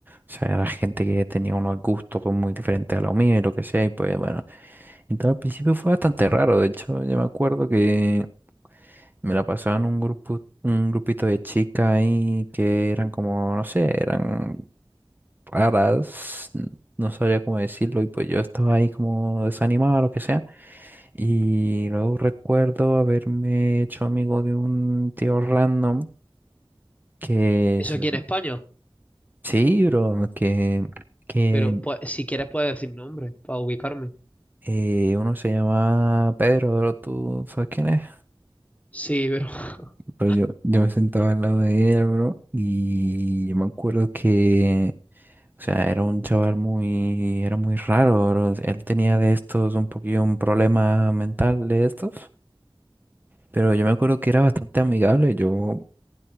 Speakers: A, on the right (about 20°); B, on the left (about 15°).
A: sea, era gente que tenía unos gustos pues, muy diferentes a los míos y lo que sea, y pues bueno, entonces al principio fue bastante raro, de hecho, yo me acuerdo que me la pasaba en un grupo, un grupito de chicas ahí que eran como, no sé, eran raras, n- no sabría cómo decirlo, y pues yo estaba ahí como desanimado, lo que sea. Y luego recuerdo haberme hecho amigo de un tío random que,
B: Eso
A: es-
B: aquí en España,
A: sí, bro, que, que
B: pero pues, si quieres puedes decir nombre para ubicarme.
A: eh, uno se llama Pedro, bro, ¿tú sabes quién es?
B: Sí, pero... <laughs>
A: Pero yo, yo me sentaba al lado de él, bro, y yo me acuerdo que O sea, era un chaval muy, era muy raro. bro. Él tenía de estos un poquillo un problema mental de estos, pero yo me acuerdo que era bastante amigable. Yo